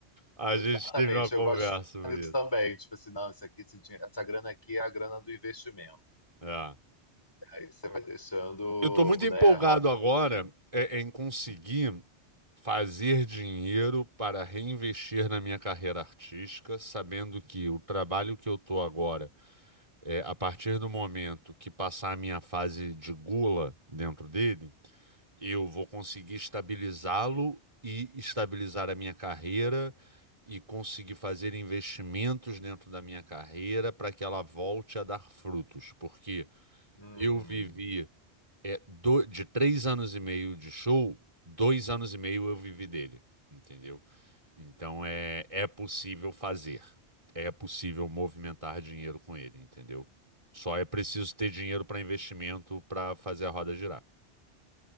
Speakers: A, on the right; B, on the left.
A: a
B: Exatamente,
A: gente teve uma conversa
B: eu gosto de
A: sobre
B: pensar nisso
A: isso.
B: também. Tipo assim, não, isso aqui, esse dinhe- essa grana aqui é a grana do investimento.
A: É.
B: Aí você vai deixando,
A: Eu estou muito empolgado
B: né, rolar.
A: agora é, em conseguir fazer dinheiro para reinvestir na minha carreira artística, sabendo que o trabalho que eu estou agora É, a partir do momento que passar a minha fase de gula dentro dele, eu vou conseguir estabilizá-lo e estabilizar a minha carreira e conseguir fazer investimentos dentro da minha carreira para que ela volte a dar frutos. Porque
B: Uhum.
A: eu vivi é, do- de três anos e meio de show, dois anos e meio eu vivi dele, entendeu? Então é, é possível fazer, é possível movimentar dinheiro com ele, entendeu? Só é preciso ter dinheiro para investimento para fazer a roda girar.